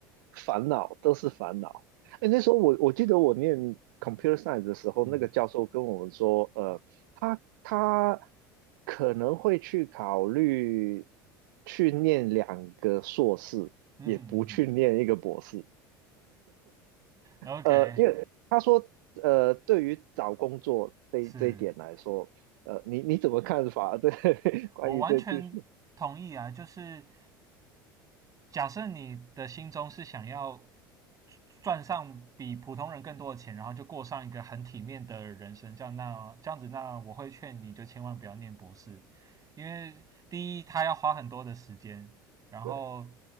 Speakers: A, on the right; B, on the right.
A: 烦恼都是烦恼。哎，那时候我我记得我念 computer science 的时候，
B: 嗯哼
A: 那个教授跟我们说，呃，他他可能会去考虑去念两个硕士，
B: 嗯哼嗯哼，
A: 也不去念一个博士。
B: OK，
A: 呃，因为他说，呃，对于找工作这一这一点来说，
B: 是
A: 呃，你你怎么看法？<laughs> 对，关于这句是，
B: 我完全同意啊。就是假设你的心中是想要赚上比普通人更多的钱，然后就过上一个很体面的人生，这样那这样子，那我会劝你就千万不要念博士，因为第一，他要花很多的时间，然后
A: 对